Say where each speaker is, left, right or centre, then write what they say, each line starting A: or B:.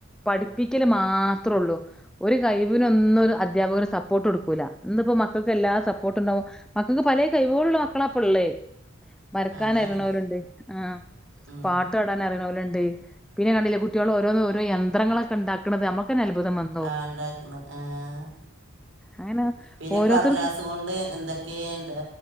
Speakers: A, in the centre; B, on the right.
A: പഠിപ്പിക്കല് മാത്രെള്ളൂ ഒരു കയ്‌വിനൊന്നും ഒരു അധ്യാപകര് സപ്പോട്ട് കൊട്ക്കൂല ഇന്നിപ്പോ മക്കൾക്ക് എല്ലാ സപ്പോട്ട്ണ്ടാവുമ്പോ മക്കക്ക് പലേ കൈവോളുള്ള മക്കളാ ഇപ്പള്ളെ വരക്കാൻ
B: അതാണ്
A: അറിണോര്ണ്ട് ആഹ്
B: ഉം
A: പാട്ടടാൻ അറിണോല്ണ്ട് പിന്നെ കണ്ടില്ലേ കുട്ടിയോള്‌ ഓരോന്ന് ഓരോ യന്ത്രങ്ങളൊക്കെ ഇണ്ടാക്കണത് ഞമ്മക്കെന്നെ അത്ഭുതം വന്
B: ആഹ് ഇണ്ടാക്ക്ണ് ആഹ്
A: അങ്ങനെ
B: പിന്നെ
A: ഓരോരുത്തർക്കും
B: കടലാസ് കൊണ്ട് എന്തെ ക്കേ ഇണ്ടാ